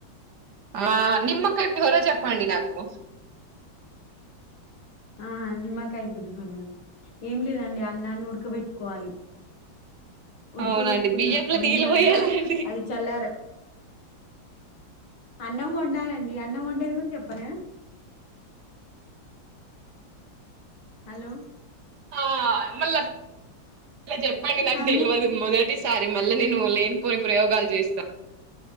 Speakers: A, on the right; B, on the left.
A: ఆ నిమ్మకాయ పులిహోర చెప్పండి నాకు
B: ఆ నిమ్మకాయ పులిహోర ఏం లేదండి అన్నాన్ని ఉడకబెట్టుకోవాలి. ఉడకబెట్టుకున్నా
A: అవునండి బియ్యంలో
B: వండినంక
A: నీళ్ళు పోయాలండి
B: అది చల్లారు అన్నం వండాలండి అన్నం వండేది కూడా చెప్పనా హలో
A: ఆ మళ్ళ ఇ చెప్పండి నాకు
B: అంద
A: తెలియదు మొదటి స్ సారి మళ్ళ నేను ఓలే కొన్ని ప్రయోగాలు చేస్తా